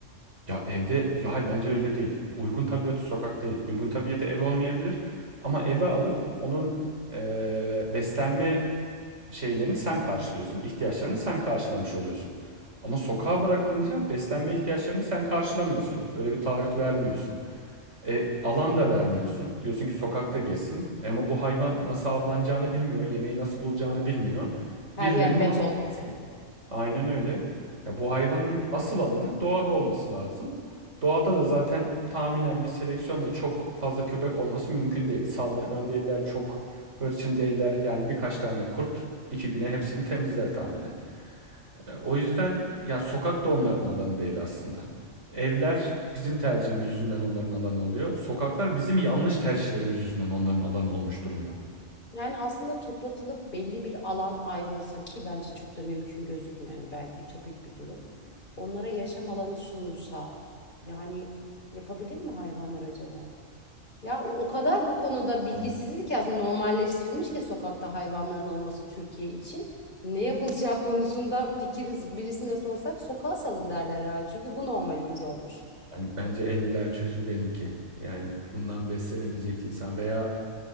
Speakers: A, on the right (about 65°); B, on the left (about 40°).
A: Ya evde, ya hayır bence öyle değil. Uygun tabiatı sokak değil. Uygun tabiatı ev olmayabilir. Ama eve alıp onun eee, beslenme şeylerini sen karşılıyorsun. ihtiyaçlarını sen karşılamış oluyorsun. Ama sokağa bırakılınca beslenme ihtiyaçlarını sen karşılamıyorsun. Böyle bir taahhüt vermiyorsun. E, alan da vermiyorsun. Diyorsun ki sokakta gezsin. Ama bu hayvan nasıl avlanacağını bilmiyor. Yemeği nasıl bulacağını bilmiyor.
B: Her
A: Birilerinin
B: yer
A: ona
B: beton.
A: bakması Aynen öyle. Ya bu hayvanın asıl alanı doğada olması lazım. Doğada da zaten tahminen bir seleksiyonla çok fazla köpek olması mümkün değil. Saldırgan değiller, çok hırçın değiller. Yani birkaç tane kurt iki güne hepsini temizler tahminen. E, O yüzden ya sokak da onların alanı değil aslında. Evler bizim tercihimiz yüzünden onların alanı oluyor. Sokaklar bizim yanlış tercihlerimiz yüzünden onların alanı olmuş durumda.
B: Yani aslında toplatılıp belli bir alan ayrılsa ki bence çok da mümkün gözükmüyor. Yani belki ütopik bir durum. Onlara yaşam alanı sunulsa yani yapabilir mi hayvanlar acaba? Ya o, o kadar bu konuda bilgisizlik
A: Ama
B: aslında normalleştirilmiş ki sokakta hayvanların olması Türkiye için. Ne yapılacağı <laughs> konusunda fikiriz birisine sorsak sokağa salın derler herhalde. Çünkü bu normalimiz olmuş.
A: ben- bence en ideal çözüm benimki. Yani bundan beslenebilecek insan veya